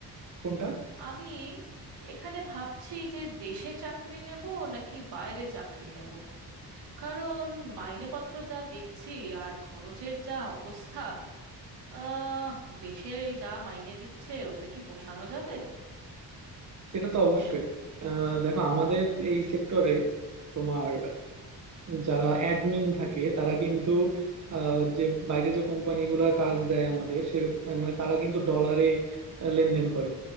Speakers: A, on the right; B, on the right.
A: কোনটা
B: আমি এখানে ভাবছি যে দেশে চাকরি নেব নাকি বাইরে চাকরি নেব কারণ মাইনেপত্র যা দেখছি আর খরচের যা অবস্থা আহ দেশে এই যা মাইনে দিচ্ছে ওতে কি পোষানো যাবে
A: সেটা তো অবশ্যই আহ, দেখো আমাদের এই সেক্টরে তোমার যারা অ্যাডমিন থাকে তারা কিন্তু আহ, যে বাইরে যে কোম্পানিগুলা কাজ দেয় আমাদের সে মানে তারা কিন্তু ডলারে আহ, লেনদেন করে